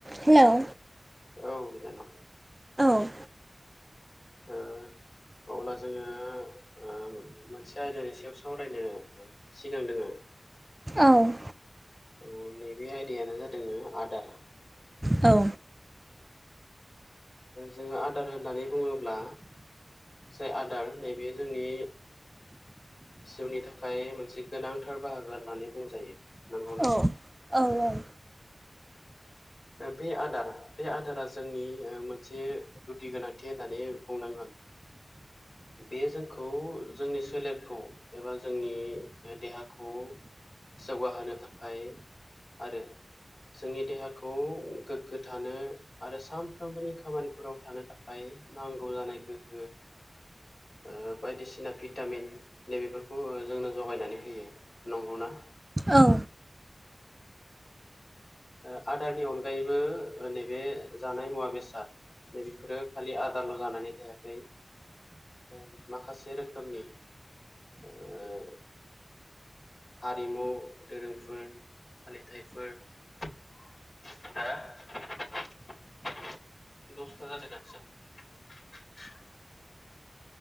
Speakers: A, on the right; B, on the left.
A: Hello
B: औ बिनानाव
A: औ
B: ओ अब्ला जोङो ओ मोनसे आयदानि सायाव सावरायनो सिगांदोङो
A: औ
B: औ नैबे आयदायानो जादों आदार
A: औ
B: जोङो आदार होननानै बुङोब्ला जाय आदार नैबे जोंनि जिउनि थाखाय मोनसे गोनांथार बाहागो होननानै बुंजायो। नंगौना
A: औ-औ-औ
B: बे आदार बे आदारा जोंनि मोनसे गुदि गोनांथि होननानै बुंनांगोन। बेयो जोंखौ जोंनि सोलेरखौ एबा जोंनि ओह देहाखौ जौगाहोनो थाखाय आरो जोंनि देहाखौ गोग्गो थानो आरो सामफ्रोमबोनि खामानिफोराव थानो थाखाय नांगौ जानाय गोहो ओह बायदिसिना भिटामिन नैबेफोरखौ ओह जोंनो जगायनानै होयो नंगौना
A: औ
B: ओह आदारनि अनगायैबो ओह नैबे जानाय मुवा बेसाद नैबेफोरो खालि आदारल' जानानै थायाखै ओह माखासे रोखोमनि ओह हारिमु धोरोमफोर फालिथाइफोर <inaudible> <unintelligible> <unintelligible> <inaudible>